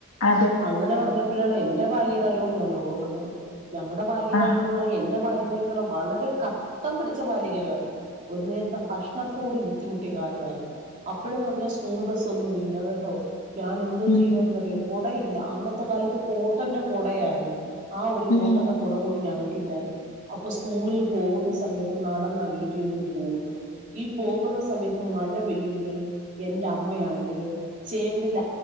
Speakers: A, on the left; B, on the right.
A: അതെ
B: അങ്ങനെ പറഞ്ഞ പ്പഴാണ് എന്റെ ബാല്യകാലോം ഞാൻ ഓർക്കുന്നത് ഞങ്ങടെ ബാല്യകാലം
A: ആഹ്
B: എന്ന് പറഞ്ഞ എന്റെ ബാല്യകാലം എന്ന് പറഞ്ഞ വളരെ ക ട്ടം പിടിച്ച ബാല്യകാലമായിരുന്നു ഒരു നേരത്തെ ഭക്ഷണത്തൂടി ബുദ്ധിമുട്ടിയ കാലമാരുന്നു അപ്പഴ്ന്ന് പറഞ്ഞാൽ സ്കൂൾ ബസ് ഒന്നുമില്ല കെട്ടോ ഞാൻ എന്തോ
A: ഉം
B: ചെയ്യുവായ്രുന്നു അറിയോ കുടയില്ല അന്നത്തെ കാലത്ത് കോട്ടന്റെ കുടയാര്ന്ന് ആ ഒരു കോട്ടന്റെ
A: ഉം
B: കുട കൂടി ഞങ്ങൾക്ക് ക്കില്ലാരുന്ന് അപ്പോ സ്കൂളിൽ പോകുന്ന സമയത്ത് നടന്നാ വീട്ടിൽ നിന്ന് പോകുന്നത് ഈ പോകുന്ന സമയത്ത് മഴ പെയ്യുമ്പഴ് എന്റെ അമ്മയാണ് ങ്കില് ചേമ്പില